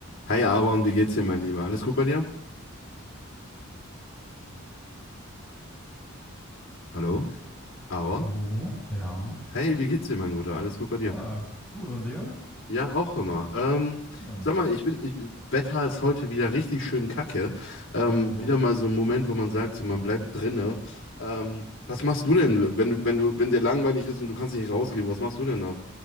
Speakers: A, on the left (about 60°); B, in the centre.
A: Hey Aaron, wie geht's dir, mein Lieber? Alles gut bei dir? Hallo? Aaron?
B: Hallo? Ja.
A: Hey, wie geht's dir, mein Guter? Alles gut bei dir?
B: Ja, gut. Und sehr?
A: Ja, auch immer. Ähm,
B: Schön.
A: sag mal, ich bin, ich, Wetter ist heute wieder richtig schön kacke. Ähm,
B: Jo,
A: wieder mal so ein Moment, wo man sagt, so, man bleibt drinne. Ähm, was machst du denn, wenn du, wenn du, wenn dir langweilig ist und du kannst nicht rausgehen, was machst du denn da?